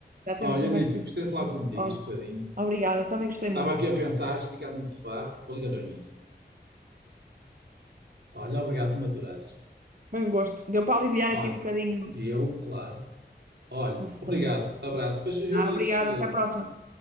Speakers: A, on the right; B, on the right.
A: Já temos
B: Olha,
A: de ter
B: nisso,
A: mais cuidado.
B: gostei de falar contigo
A: Olha,
B: este bocadinho.
A: obrigada, também gostei
B: Estava
A: muito.
B: aqui a pensar, esticado no sofá, vou ligar ao nisso. Olha, obrigado por me aturares.
A: Foi um gosto. Deu para aliviar
B: Olha,
A: aqui um bocadinho
B: deu, claro. Olha,
A: o stress.
B: obrigado, abraço. Depois eu
A: Ah,
B: ligo-te.
A: obrigada, até à próxima.